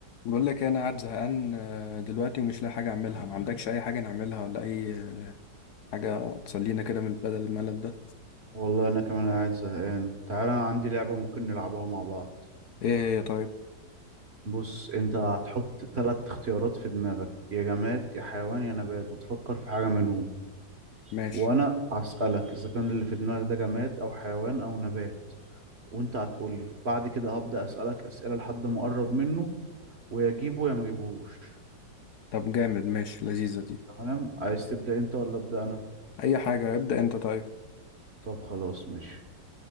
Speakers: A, on the left; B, on the right.
A: بقول لك إيه، انا قاعد زهقان آه، دلوقتي ومش لاقي حاجه اعملها ما عندكش اي حاجه نعملها ولا اي حاجه تسلينا كده من بدل الملل ده
B: والله انا كمان قاعد زهقان تعال انا عندي لعبة ممكن نلعبها مع بعض
A: ايه هي طيب
B: بص انت هتحط ثلاث اختيارات في دماغك يا جماد يا حيوان يا نبات وتفكر في حاجة منهم
A: ماشي
B: وانا هسألك اذا كان اللي في دماغك ده جماد او حيوان او نبات وانت هتقول لي بعد كده هبدأ اسألك اسئلة لحد ما اقرب منه ويا جيبه يا ما جيبهوش
A: طب جامد ماشي لذيذه دي
B: تمام عايز تبدأ انت ولا ابدأ انا
A: اي حاجه ابدا انت طيب
B: طب خلاص ماشي